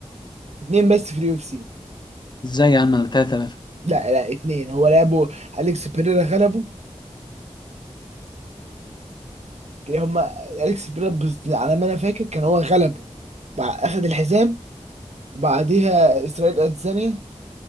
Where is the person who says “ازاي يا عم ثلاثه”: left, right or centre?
Left